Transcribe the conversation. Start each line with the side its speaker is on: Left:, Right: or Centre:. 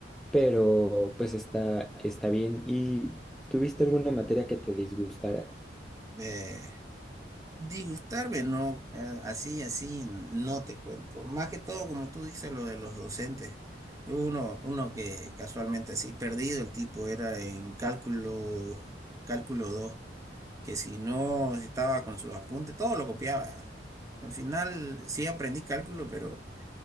Centre: pero pues está, está bien. ¿Y tuviste alguna materia que te disgustara?
Right: Eh, Disgustarme, no, eh, así, así, no te cuento. Más que todo, como tú dices, lo de los docentes. Uno, uno que casualmente así, perdido el tipo, era en cálculo, cálculo 2 que si no estaba con sus apuntes, todo lo copiaba. Al final sí aprendí cálculo, pero